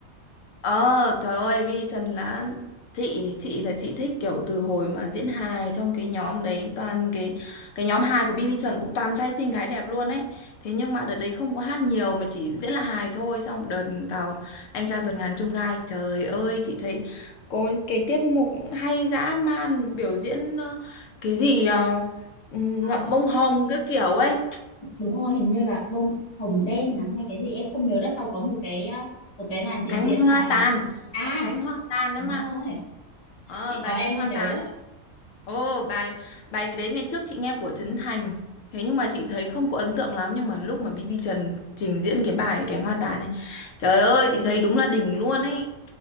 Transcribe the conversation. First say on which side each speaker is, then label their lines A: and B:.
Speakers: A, on the left; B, on the left.
A: Ờ trời ơi Vi Trần là chị chị là chị thích kiểu từ hồi mà diễn hài trong cái nhóm đấy toàn cái cái nhóm hài của BB Trần cũng toàn trai xinh gái đẹp luôn ấy. Thế nhưng mà đợt đấy không có hát nhiều mà chỉ diễn là hài thôi xong đợt vào anh trai vượt ngàn chông gai. Trời ơi chị thấy có cái tiết mục hay dã man biểu diễn ờ, cái gì ờ, ngậm
B: Ờ,
A: bông hồng các kiểu ấy,
B: đúng rồi hình như là bông hồng đen là hay cái gì em không nhớ đã sau có một cái ờ, một cái màn trình
A: cánh
B: diễn
A: hoa
B: là
A: tàn,
B: à
A: cánh hoa tàn đấy
B: đúng
A: mà
B: rồi
A: Ờ,
B: chị
A: bài
B: nói
A: cánh
B: em
A: hoa
B: mới nhớ
A: tàn.
B: ấy
A: Ồ, bài bài đấy ngày trước chị nghe của Trấn Thành. Thế nhưng mà chị thấy không có ấn tượng lắm nhưng mà lúc mà BB Trần trình diễn cái bài cánh hoa tàn này, trời ơi, chị thấy đúng là đỉnh luôn ấy.